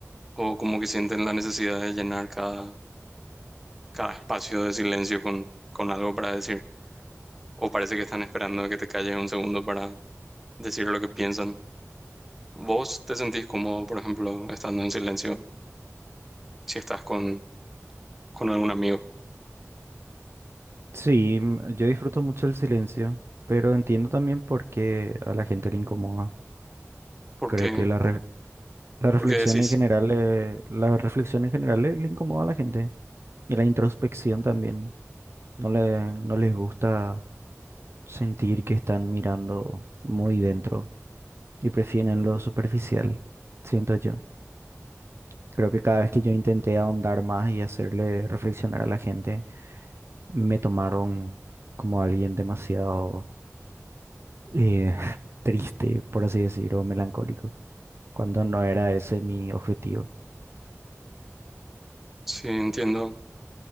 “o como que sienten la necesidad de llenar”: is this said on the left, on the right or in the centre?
Centre